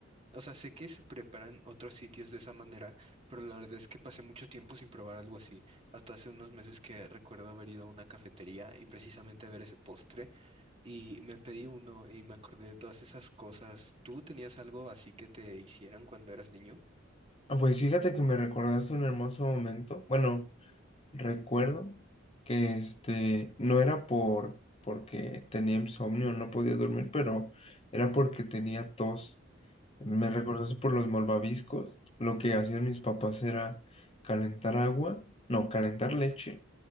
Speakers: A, on the right (about 30°); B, on the left (about 30°).
A: o sea, sé que se preparan otros sitios de esa manera, pero la verdad es que pasé mucho tiempo sin probar algo así. Hasta hace unos meses que recuerdo haber ido a una cafetería y precisamente ver ese postre y me pedí uno y me acordé de todas esas cosas. ¿Tú tenías algo así que te hicieran cuando eras niño?
B: Ah, Pues fíjate que me recordaste un hermoso momento. Bueno, recuerdo que este no era por porque tenía insomnio, no podía dormir, pero era porque tenía tos. Me
A: Mm,
B: recordaste por los malvaviscos. Lo que hacían mis papás era calentar agua, no, calentar leche